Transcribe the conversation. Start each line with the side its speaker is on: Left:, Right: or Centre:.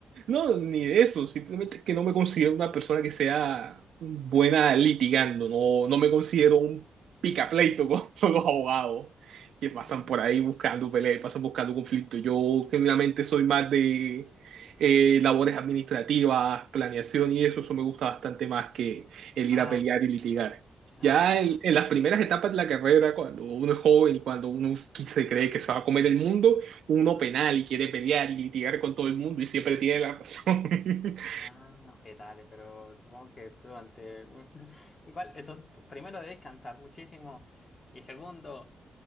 Right: No, ni de eso, simplemente que no me considero una persona que sea buena litigando, no, no me considero un picapleito <laughs> con son los abogados que pasan
Left: Mm.
Right: por ahí buscando peleas, pasan buscando conflictos. Yo genuinamente soy más de eh, labores administrativas, planeación y eso, eso me gusta bastante más que el
Left: Ah,
Right: ir a pelear
Left: ok.
Right: y litigar.
Left: Ah,
Right: Ya en, en las primeras etapas de la carrera, cuando uno es joven y cuando uno se cree que se va a comer el mundo, uno
Left: ok.
Right: penal y quiere pelear y litigar con todo el mundo y siempre tiene la razón, <laughs>
Left: Ah, ok, dale, pero supongo que durante... <laughs> Igual, eso, tú primero debes cantar muchísimo y segundo,